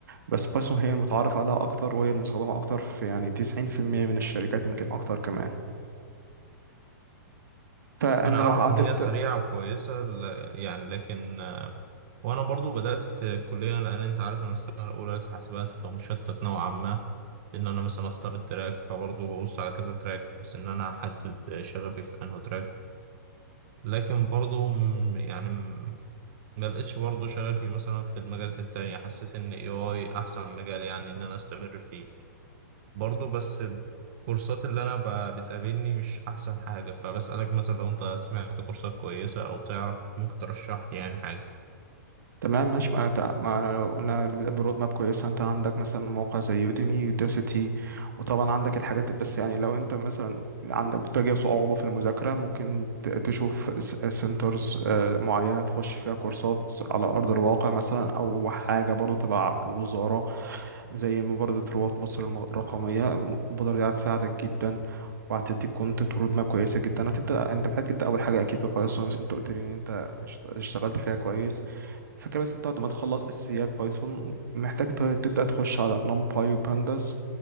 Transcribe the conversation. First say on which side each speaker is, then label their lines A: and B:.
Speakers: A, on the right; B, on the right.
A: بس بايثون هي المتعارف عليها اكتر وهي المستخدمه اكتر في يعني 90% من الشركات يمكن اكتر كمان فانا
B: أنا أعرف
A: لو هتبدا
B: إن هي سريعة وكويسة ل- يعني لكن وانا برضو بدات في الكليه لان انت عارف انا السنه الاولى لسه حاسبات فمشتت نوعا ما ان انا مثلا اختار التراك فبرضو ببص على كذا تراك بحيث ان انا احدد شغفي في انه تراك لكن برضو م- يعني م- ما لقيتش برضو شغفي مثلا في المجالات التانية حسيت ان اي اي احسن مجال يعني ان انا استمر فيه برضو بس الكورسات اللي انا ب- بتقابلني مش احسن حاجه فبسالك مثلا لو انت سمعت كورسات كويسه او تعرف ممكن ترشح لي يعني حاجه
A: تمام ماشي ما أنا تع- ما أنا لو قلنا اللي بيبقى برود ماب كويسة أنت عندك مثلا موقع زي يوديمي يوداسيتي وطبعا عندك الحاجات بس يعني لو أنت مثلا عندك بتواجه صعوبة في المذاكرة ممكن ت- تشوف سنترز معينة تخش فيها كورسات على أرض الواقع مثلا أو حاجة برضو تبع الوزارة زي مبادرة رواد مصر الم- الرقمية المبادرة دي هتساعدك جدا وهتديك كونتنت ورود ماب كويسة جدا هتبدأ أنت محتاج تبدأ أول حاجة أكيد ببايثون بس أنت قلت لي إن أنت اشت- اشتغلت فيها كويس الفكرة بس انت بعد ما تخلص اساسيات بايثون محتاج ت- تبدا تخش على نمباي وبانداس